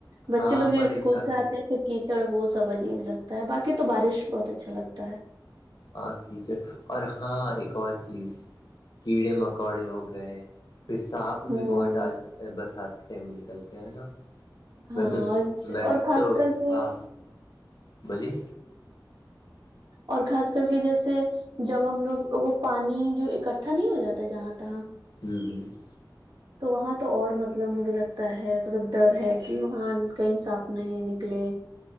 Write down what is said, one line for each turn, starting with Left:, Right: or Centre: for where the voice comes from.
Right: بچے
Left: ہاں
Right: لو جو
Left: پریشانی
Right: اسکول سے آتے ہیں پھر کیچڑ وہ سب عجیب لگتا ہے باقی تو بارش بہت اچھا لگتا ہے
Left: ہ کچر اور ہاں ایک اور چیز کیڑے مکوڑے ہو گئے <unintelligible> پھر سانپ بھی
Right: ہوں
Left: بہت برسات کے ٹائم میں نکلتے ہیں نا <unintelligible>
Right: ہاں
Left: میں تو میں
Right: اور خاص
Left: تو
Right: کر کے
Left: ہاں بولیے
Right: اور خاص کر کے جیسے <unintelligible> جب ہم لوگ وہ پانی جو اکٹھا نہیں ہو جاتا جہاں تہاں
Left: ہوں ہوں <unintelligible>
Right: تو وہاں تو اور مطلب مجھے لگتا ہے مطلب ڈر ہے کہ وہاں کہیں سانپ نہیں ہے نکلے